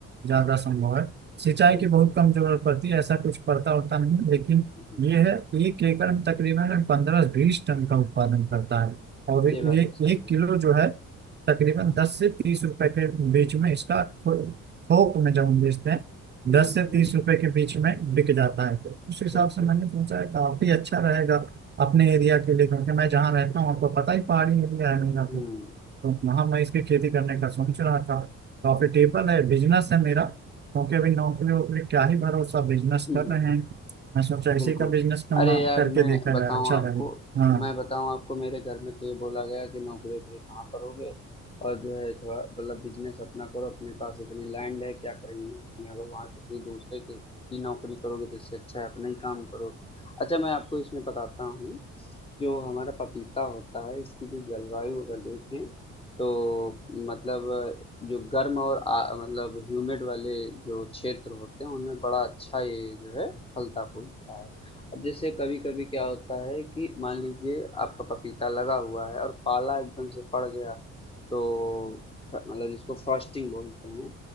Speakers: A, on the right; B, on the left.
A: ज्यादा संभव है सिंचाई
B: बिल्कुल।
A: की बहुत कम जरूरत पड़ती है ऐसा कुछ पड़ता होता नहीं है, लेकिन
B: हुँ,
A: ये है एक एकड़ में तकरीबन पंद्रह बीस टन का उत्पादन करता है और ए,
B: ये बात
A: एक
B: तो सही है।
A: किलो जो है तकरीबन दस से तीस रुपए के बीच में इसका थो- थोक में जब हम बेचते हैं
B: हुँ,
A: दस से
B: हुँ,
A: तीस रुपए के बीच में बिक जाता है तो उस हिसाब
B: बिल्कुल।
A: से मैंने सोचा है काफी अच्छा रहेगा अपने एरिया के लिए क्योंकि मैं जहाँ रहता हूँ आपको पता ही पहाड़ी एरिया है मेरा तो,
B: हुँ, हुँ।
A: तो वहाँ मैं इसकी खेती करने का सोच रहा था प्रॉफिटेबल है बिजनेस है मेरा क्योंकि अभी नौकरी वोकरी क्या ही भरोसा बिजनेस
B: <laughs>
A: कर रहे हैं मैं सोचा इसी
B: बिल्कुल।
A: का बिजनेस क्यों
B: अरे
A: ना
B: यार
A: करके
B: मैं
A: देखा
B: बताऊँ
A: जाए अच्छा
B: आपको
A: रहेगा हाँ
B: मैं बताऊँ आपको मेरे घर में तो ये बोला गया कि नौकरी-वोकरी कहाँ करोगे और जो है थोड़ा मतलब बिजनेस अपना करो अपने पास इतनी लैंड है क्या करेंगे उसमें अगर वहाँ किसी दूसरे के की नौकरी करोगे तो इससे अच्छा है अपना ही काम करो। अच्छा मैं आपको इसमें बताता हूँ जो हमारा पपीता होता है इसकी जो जलवायु अगर देखें तो मतलब जो गर्म और आ, मतलब ह्यूमिड वाले जो क्षेत्र होते हैं उनमें बड़ा अच्छा ये जो है फलता फूलता है अब जैसे कभी कभी क्या होता है कि मान लीजिए आपका पपीता लगा हुआ है और पाला एकदम से पड़ गया तो मतलब जिसको फ्रॉस्टिंग बोलते हैं